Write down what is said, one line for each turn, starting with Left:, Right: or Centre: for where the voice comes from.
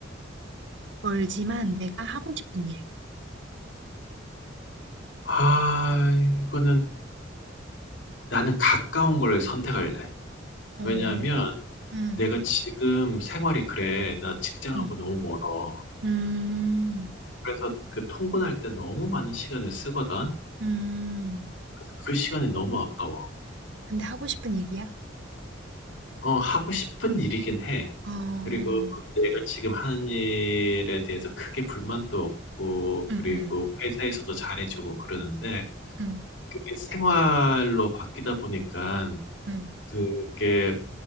Right: 멀지만 내가 하고 싶은 일.
Left: 아, 이거는 나는 가까운 걸 선택할래.
Right: 어,
Left: 왜냐하면
Right: 응.
Left: 내가 지금 생활이 그래. 나 직장하고
Right: 음.
Left: 너무 멀어.
Right: 음.
Left: 그래서 그 통근할 때 너무 많은 시간을 쓰거든.
Right: 음.
Left: 그래서 그 시간이 너무 아까워.
Right: 근데 하고 싶은 일이야?
Left: 어, 하고 싶은 일이긴 해.
Right: 어. 음음.
Left: 그리고 내가 지금 하는 일에 대해서 크게 불만도 없고,
Right: 음.
Left: 그리고 회사에서도 잘해주고 그러는데,
Right: 음.
Left: 그게 생활로 바뀌다 보니까,
Right: 음.
Left: 그게